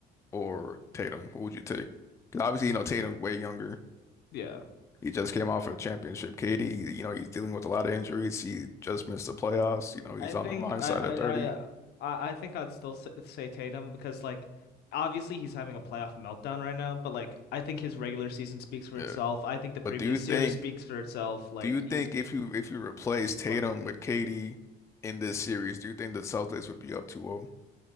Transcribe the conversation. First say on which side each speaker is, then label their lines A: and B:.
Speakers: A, on the left; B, on the left.
A: or Tatum, who would you take? Because obviously, you know, Tatum's way younger.
B: yeah,
A: He just came off a championship. KD, you know, he's dealing with a lot of injuries. He just missed the playoffs. You know, he's
B: I think
A: on the wrong
B: I,
A: side
B: I,
A: of 30.
B: I, I think I'd still say Tatum because like obviously he's having a playoff meltdown right now, but like I think his regular season speaks for
A: Yeah.
B: itself. I think the previous
A: But do you think,
B: series speaks for itself. Like
A: do you
B: he's
A: think if you if you replace Tatum
B: one steady.
A: with KD in this series, do you think the Celtics would be up two zero?